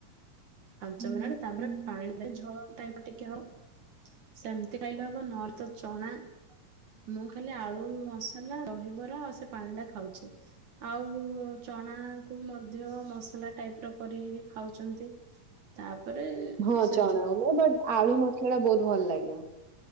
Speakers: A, on the right; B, on the right.
A: ପାଞ୍ଚ
B: ହୁଁ,
A: ମିନିଟ ତାପରେ
B: ହୁଁ।
A: ପାଣିରେ ଝଳ ଟାଇପ ଟିକେ ହବ ସେମ ଏତେ ଖାଇଲେ ହବ ନହେଲେ ତ ଚଣା ମୁଁ ଖାଲି ଆଳୁ ମସଲା ଦହିବରା ଆଉ ସେ ପାଣିଟା ଖାଉଛି। ଆଉ ଚଣାକୁ ମଧ୍ୟ ମସଲା ଟାଇପର କରିକି ଖାଉଛନ୍ତି। ତାପରେ
B: ହଁ
A: ସେ
B: ଚଣା
A: ଯୋଉ
B: ବଟ୍ ଆଳୁ ମସଲାଟା ବହୁତ ଭଲ ଲାଗିବ।